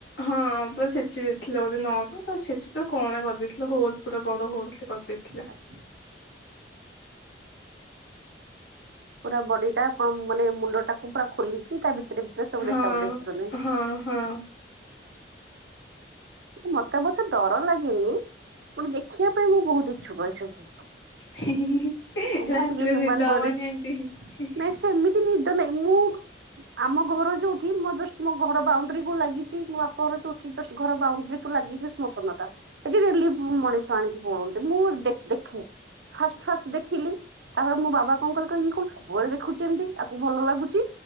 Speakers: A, on the left; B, on the right.
A: ହଁ ପୁରା ଛେଚି ଦେଇଥିଲେ ଗୋଟେ ନଟରେ ଛେଚି ପୁରା କଣା କରିଦେଇଥିଲ ହୋଲ ପୁରା ବଡ ହୋଲ କରିଥିଲେ। ଦେଖିଲା
B: ଆଚ୍ଛା ପୁରା ବଡିଟା ଆପଣ ମାନେ ମୁଣ୍ଡ ଟାକୁ ପୁରା ଖୋଲିକି ତା ଭିତରେ ଭିତରେ ସବୁ
A: ହଁ
B: ଦେଖହୁଏ ଦେଖି
A: ହଁ ହଁ,
B: ମତେ ଏବସ ଡର ଲାଗେନି ପୁଣି ଦେଖିବା ପାଇଁ ମୁଁ ବହୁତ ଇଛୁକଏ ସବୁ ଜିନିଷ
A: ହି ହି ହିଁ
B: ମୋର
A: ରାତିରେ
B: ଟିକେ ହ୍ୟୁମାନ
A: ନିଦହବନି
B: ବଡି
A: ଏମିତି
B: ନାଇଁ ସେମିତି ନିଦ ନାହିଁ ମୁଁ ଆମ ଘର ଯୋଉଠି ମୋ ଜଷ୍ଟ ମୋ ଘର ବାଉଣ୍ଡରି କୁ ଲାଗିଛି ମୋ ବାପ ଘର ଯୋଉଠି ଜଷ୍ଟ ଘର ବାଉଣ୍ଡରି କୁ ଲାଗିଛି ସ୍ମମଶାନ ଟା ସେଠି ଡେଲି ମଣିଷ ଆଣିକି ପଡନ୍ତି ମୁଁ ଦେଖେ ଫାଷ୍ଟ ଫାଷ୍ଟ ଖିଲି ତାପରେ ମୋ ବାବା କଣ କହିଲି କହ ଇଏ କଣ ସବୁବେଳେ ଦେଖୁଛି ଏମିତି ତାକୁ ଭଲ ଲାଗୁଛି।